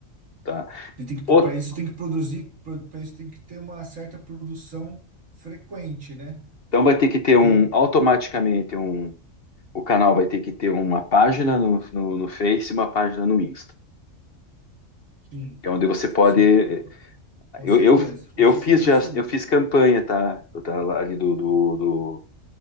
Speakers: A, on the left; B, on the right.
A: Tá.
B: E Tem que,
A: Ou-
B: para isso tem que produzir, para isso tem que ter uma certa produção frequente, né?
A: então vai ter que ter um
B: E-
A: automaticamente um O canal vai ter que ter uma página no, no, no Face e uma página no Insta,
B: sim,
A: que é onde você pode.
B: sim, uma- com
A: Eu,
B: certeza,
A: eu,
B: com
A: eu
B: certeza
A: fiz
B: absoluta.
A: já, eu fiz campanha, tá? Eu tá ali do, do, do-